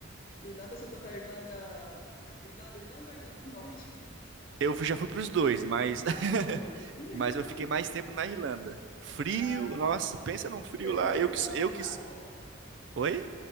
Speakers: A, on the left (about 30°); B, on the right (about 60°).
A: Irlanda, você foi para Irlanda. Irlanda, Irlanda ou Irlanda do Norte?
B: eu já fui para os dois, mas
A: <laughs>
B: <laughs>
A: Ah, pros dois. Hum?
B: mas eu fiquei mais tempo na Irlanda. Frio,
A: Ah,
B: nossa,
A: tá.
B: pensa num frio
A: Fez
B: lá.
A: intercâmbio
B: Eu que, eu
A: lá
B: que.
A: ou?
B: Oi?